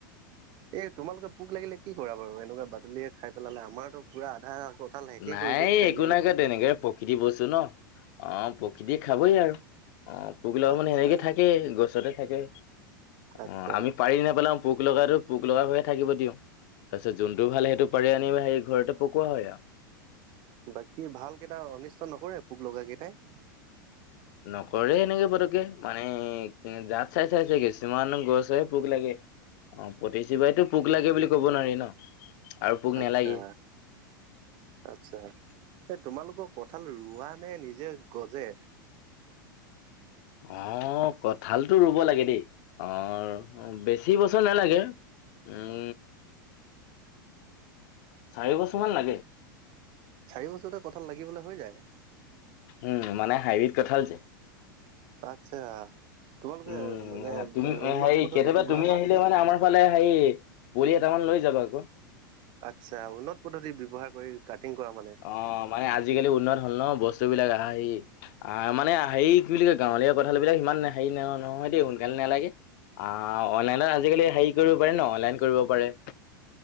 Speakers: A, on the right; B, on the left.
A: এ তোমালোকে পোক লাগিলে কি কৰা বাৰু এনেকুৱা বাদুলিয়ে খাই পেলালে আমাৰতো পোৰা আধা। কঁঠাল শেষেই
B: নাই
A: কৰি দিয়ে খাই
B: একো
A: মেলি।
B: নাই ক তেনেকে প্ৰকৃতি বস্তু ন অ প্ৰকৃতি খাবই আৰু। অ পকিলাও
A: আচ্ছা
B: মানে হেৰিকে থাকে গছতে থাকে।
A: আচ্ছা
B: অ আমি পাৰি নেপেলাও পোক লগাটো পোক লগা হৈয়ে থাকিব দিওঁ। তাৰপিছত যোনটো ভাল সেইটো পাৰি আনিবা হেৰি ঘৰতে পকোৱা হয় আৰু।
A: বাকী ভালকেইটা অনিষ্ট নকৰে পোক লগা কেইটাই।
B: নকৰে সেনেকে পটকে মানে জাত চাই চাই আছে কিছুমান গছে। পোক লাগে অ পতিজোপাই ত পোক লাগে বুলি কব নোৱাৰি ন। আৰু পোক
A: আচ্ছা।
B: নালাগে।
A: আচ্ছা এ তোমালোকৰ কঠাল ৰুৱা নে নিজে গজে।
B: অ কঠালতটো ৰুব লাগে দেই অ। বেছি বছৰ নালাগে উম। চাৰি বছৰমান লাগে।
A: চাৰি বছৰতে কথাল লাগিবলৈ হৈ যায়।
B: উম মানে হাইৰিত কঠাল যে।
A: আচ্ছা তোমালোকে
B: উম
A: মানে
B: তুমি
A: উন্নত
B: হেৰি
A: পদ্ধতি
B: কেতিয়াবা
A: ব্যৱহাৰ
B: তুমি
A: কৰা
B: আহিলে
A: নেকি।
B: মানে আমাৰ ফালে হেই বুলি এটা মান লৈ যাবা কৌ।
A: আচ্ছা উন্নত পদ্ধতি ব্যৱহাৰ কৰি কাটিং কৰা মানে।
B: অ মানে আজিকালি উন্নত হল ন বস্তু বিলাক আহাঁ সি। আহ মানে হেৰি কি বুলি কয় গাঁৱলীয়া কঠাল বিলাক ইমান হেৰি ন নহয় দেই সোনকালে নালাগে। আ অনলাইনত আজিকালি হেৰি কৰিব পাৰি ন অনলাইন কৰিব পাৰে।